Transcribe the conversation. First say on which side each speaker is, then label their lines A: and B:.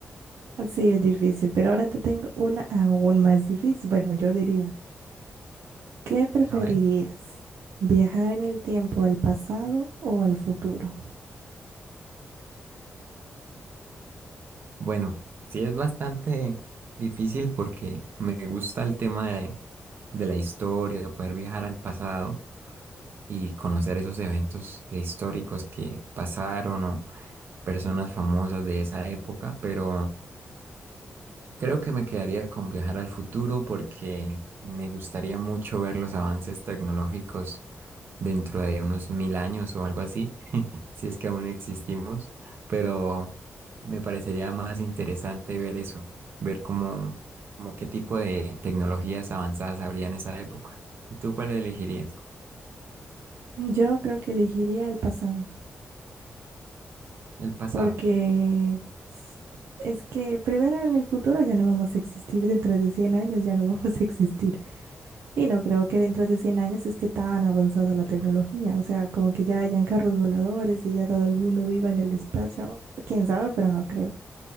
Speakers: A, on the right; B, on the right.
A: sí es difícil, pero ahora te tengo una aún más difícil. Bueno, yo diría, ¿qué preferirías?
B: A ver.
A: ¿Viajar en el tiempo al pasado o al futuro?
B: Bueno, sí es bastante difícil porque me gusta el tema de, de la historia, de poder viajar al pasado y conocer esos eventos históricos que pasaron o personas famosas de esa época, pero creo que me quedaría con viajar al futuro porque me gustaría mucho ver los avances tecnológicos dentro de unos mil años o algo así si es que aún existimos, pero me parecería más interesante ver eso, ver cómo, como qué tipo de tecnologías avanzadas habría en esa época. ¿Y tú cuál elegirías?
A: Yo creo que elegiría el pasado.
B: El pasado.
A: Porque s- es que primero en el futuro ya no vamos a existir, dentro de 100 años ya no <laughs> vamos a existir. Y no creo que dentro de 100 años esté tan avanzada la tecnología. O sea, como que ya hayan carros voladores y ya todo el mundo viva en el espacio. Quién sabe, pero no creo.